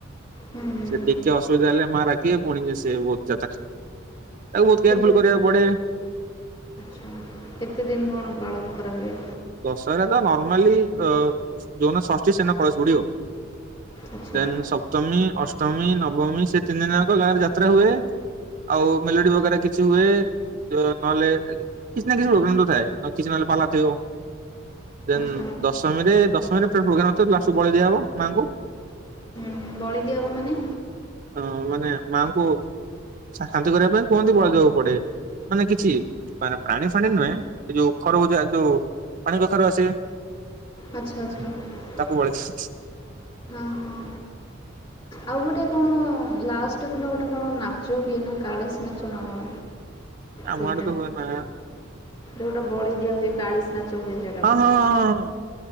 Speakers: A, on the left; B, on the right.
A: ହୁଁ ହୁଁ।
B: ସେ ଟିକେ ଅସୁବିଧା ହେଲେ ମା ରାଗିବେ ପୁଣି ସିଏ ବହୁତ ଯାତ୍ରା ତାକୁ ବହୁତ କେୟାରଫୁଲ
A: କେତେ
B: କରିବାକୁ ପଡେ।
A: ଆଚ୍ଛା କେତେ ଦିନ କଣ ପାଳନ କରାହୁଏ?
B: ଦଶହରାରେ ତ ନର୍ମାଲି ଅ ଯୋଉଦିନ ଷଷ୍ଠୀ ସେଦିନ କଳସ ବୁଡିବ।
A: ଆଚ୍ଛା
B: ଦେନ ସପ୍ତମୀ ଅଷ୍ଟମୀ ନବମୀ ସେ ତିନି ଦିନ ଯାକ ଗାଁ ରେ ଯାତ୍ରା ହୁଏ। ଆଉ ମେଲୋଡି ବଗେରା କିଛି ହୁଏ। ଯୋଉ ନହେଲେ କିଛି ନାଁ କିଛି ପ୍ରୋବ୍ଲେମ୍ ତ ଥାଏ ନ କିଛି ନହେଲେ ପାଲାଟି ହବ। ଦେନ
A: ଆଚ୍ଛା
B: ଦଶମୀରେ ଦଶମୀରେ ପ୍ରୋଗ୍ରାମ୍ ନଥାଏ ଲାଷ୍ଟ୍ କୁ ବଳି ଦିଆହବ ମାଙ୍କୁ।
A: ହୁଁ ହୁଁ। ବଳି ଦିଆହେବ ମାନେ।
B: ହିଁ ମାନେ ମାଙ୍କୁ ଶାନ୍ତି କରିବା ପାଇଁ କୁହନ୍ତି ବଳି ଦେବାକୁ ପଡେ। ମାନେ କିଛି ମାନେ ପ୍ରାଣି ଫାଣି ନୁହେଁ ଯୋଉ ଖରଭୁଜ ଯୋଉ ପାଣି କଖାରୁ ଆସେ।
A: ଆଚ୍ଛା ଆଚ୍ଛା
B: ତାକୁ ବଳି
A: ସ୍
B: ଦିଅନ୍ତି।
A: ହଁ ହଁ। ଆଉ ଗୋଟେ କଣ ଲାଷ୍ଟ ଦିନ ଗୋଟେ କଣ ନାଚ ହୁଏ ନା କାଳିଶ ନାଚ ନା କଣ
B: ଆମ
A: ସେଇଟା
B: ଆଡେ ତ ହୁଏ ନା
A: ଯୋଉଟା ବଳି ଦିଆ ହୁଏ କାଳିସ ନାଚ ହୁଏ ସେଇଟା।
B: ହଁ
A: ବୋଧେ।
B: ହଁ ହଁ ହଁ ହଁ